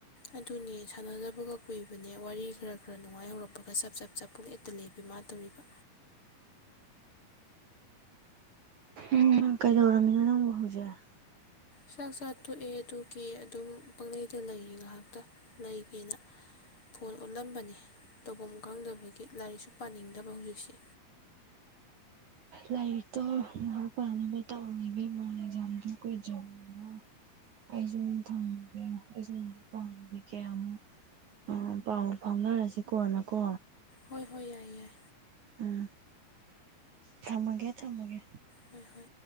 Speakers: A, on the left; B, on the right.
A: ꯑꯗꯨꯅꯦ ꯁꯥꯟꯅꯗꯕꯒ ꯀꯨꯏꯕꯅꯦ ꯋꯥꯔꯤ ꯈ꯭ꯔ ꯈ꯭ꯔ ꯅꯨꯡꯉꯥꯏ ꯍꯧꯔꯛꯄꯒ ꯆꯞ ꯆꯞ ꯆꯞꯄꯨꯔꯦ ꯇꯨꯂꯦ ꯕꯦꯝꯃꯥ ꯇꯧꯔꯤꯕ
B: ꯎꯝ ꯀꯩꯗꯧꯔꯝꯃꯤꯅꯣ ꯅꯪꯕꯨ ꯍꯧꯖꯤꯛ
A: ꯆꯥꯛ ꯆꯥ ꯇꯣꯛꯑꯦ ꯑꯗꯨꯒꯤ ꯑꯗꯨꯝ ꯄꯪꯂꯩꯗ ꯂꯩꯔꯤ ꯉꯥꯏꯍꯥꯛꯇ ꯂꯩꯒꯦꯅ ꯐꯣꯜ ꯑꯣꯠꯂꯝꯕꯅꯦ ꯇꯧꯕꯝ ꯈꯪꯗꯕꯒꯤ ꯂꯥꯏꯔꯤꯛꯁꯨ ꯄꯥꯅꯤꯡꯗꯕ ꯍꯧꯖꯤꯛꯁꯦ
B: ꯂꯥꯏꯔꯤꯛꯇꯣ ꯉꯥꯛ ꯄꯥꯅꯕ ꯇꯧꯔꯤꯒꯦ <unintelligible> ꯑꯦꯛꯖꯥꯝꯗꯣ ꯀꯨꯏꯗ꯭ꯔꯕꯅꯤꯅ ꯑꯩꯁꯨ ꯅꯨꯡ ꯊꯝꯃꯒꯦ ꯑꯩꯁꯨ ꯉꯥꯛ ꯄꯥꯅꯨꯒꯦ ꯀꯌꯥꯃꯨꯛ ꯑ ꯥꯄꯥꯎ ꯐꯥꯎꯅꯔꯁꯤ ꯀꯣꯟꯅꯀꯣ
A: ꯍꯣꯏ ꯍꯣꯏ ꯌꯥꯏ ꯌꯥꯏ
B: ꯎꯝ ꯊꯝꯃꯒꯦ ꯊꯝꯃꯒꯦ
A: ꯍꯣꯏ ꯍꯣꯏ